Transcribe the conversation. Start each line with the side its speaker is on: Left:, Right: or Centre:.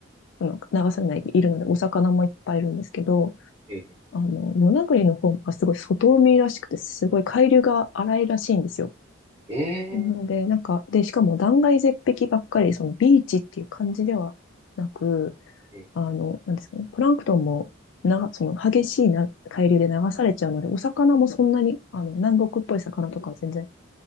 Left: あの、流されないいるので、お魚もいっぱいいるんですけど、
Right: ええ、
Left: あの、与那国の方がすごい外海らしくて、すごい海流が荒いらしいんですよ。
Right: ええ、
Left: なので、なんか、で、しかも断崖絶壁ばっかり、そのビーチっていう感じではなく、
Right: ええ、
Left: あの、なんですかね、プランクトンも、な、その激しいな海流で流されちゃうので、お魚もそんなに、あの、南国っぽい魚とかは全然